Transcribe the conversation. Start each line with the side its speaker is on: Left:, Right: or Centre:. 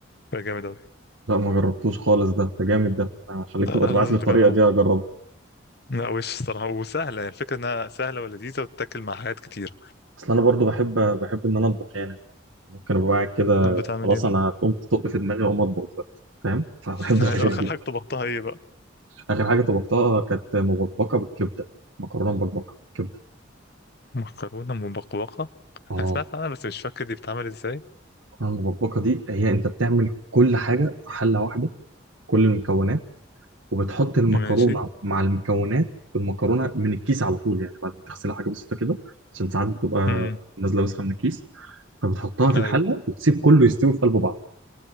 Left: بيبقى جامد اوي
Right: لا ما جربتوش خالص ده ده جامد ده أنا هخليك
Left: آه،
Right: تبقى تبعت
Left: لازم
Right: لي الطريقه
Left: تجربه
Right: دي اجربه
Left: لا وش الصراحه وسهله يعني الفكره انها سهله ولذيذه وتتاكل مع حاجات كتيره
Right: اصل انا برضو بحب بحب ان انا اطبخ يعني ممكن ابقى قاعد كده
Left: طب بتعمل
Right: خلاص
Left: ايه بقى
Right: انا هتقوم تطق في دماغي اقوم اطبخ دلوقتي فاهم فبحب
Left: <laughs>
Right: الحاجات
Left: اخر
Right: دي
Left: حاجه طبختها ايه بقى
Right: اخر حاجه طبختها كانت مبكبكه بالكبده مكرونه مبكبكه بالكبده
Left: مكرونه مبقبقه
Right: اه
Left: انا سمعت عنها بس مش فاكر دي بتتعمل ازاي
Right: المكرونه المبكبكه دي هي انت بتعمل كل حاجه في حله واحده كل المكونات وبتحط المكرونه
Left: ماشي
Right: مع المكونات المكرونه من الكيس على طول يعني بعد ما تغسلها حاجه بسيطه كده عشان ساعات بتبقى
Left: امم
Right: نازله وسخه من الكيس فبتحطها في
Left: ايوه
Right: الحله وتسيب كله يستوي في قلب بعض